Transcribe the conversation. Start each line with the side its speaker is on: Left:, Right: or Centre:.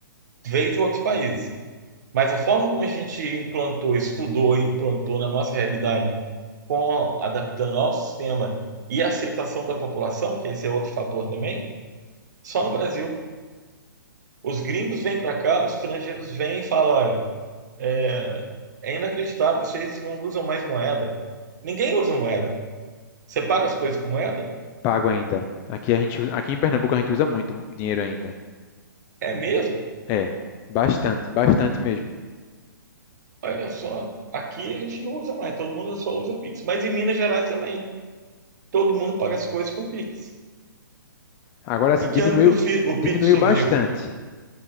Right: veio de outros países, mas a forma como a gente implantou, estudou e implantou na nossa realidade, com, adaptando ao sistema e a aceitação da população, que esse é outro fator também, só no Brasil. Os gringos vêm para cá, os estrangeiros vêm e falam: olha, é, é inacreditável, vocês não usam mais moeda. Ninguém usa moeda. Você paga as coisas com moeda?
Left: Pago ainda. Aqui a gente, usa- aqui em Pernambuco a gente usa muito dinheiro ainda.
Right: É mesmo?
Left: É, bastante, bastante mesmo.
Right: Olha só, aqui a gente não usa mais, todo mundo só usa Pix. Mas em Minas Gerais também, todo mundo paga as coisas com Pix.
Left: Agora assim,
Right: E que
Left: diminuiu,
Right: ano que o, fi-
Left: diminuiu
Right: o Pix surgiu?
Left: bastante.